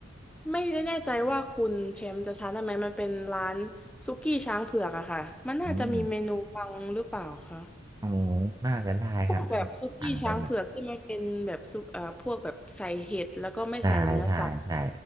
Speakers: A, in the centre; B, on the right (about 20°).
A: ไม่แน่ใจว่าคุณแชมป์จะทานได้ไหมมันเป็นร้านซุกี้ช้างเผือกอะค่ะมันน่าจะมีเมนูบังหรือเปล่าคะ
B: อืม อ๋อน่าจะได้ครับน่าจะสั่งไปแบบ
A: พวกแบบซุกี้ช้างเผือกที่มันเป็นแบบซุกเอ่อพวกแบบใส่เห็ดแล้วก็ไม่ใส่เนื้อสัตว์
B: ใช่ใช่ใช่